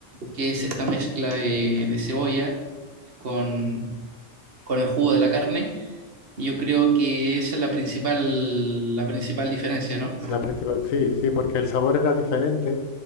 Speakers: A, on the right; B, on the left.
A: que es esta mezcla de, de cebolla, con, con el jugo de la carne. Y yo creo que esa es la principal, la principal diferencia, ¿no?
B: la principal, sí, sí, porque el sabor era diferente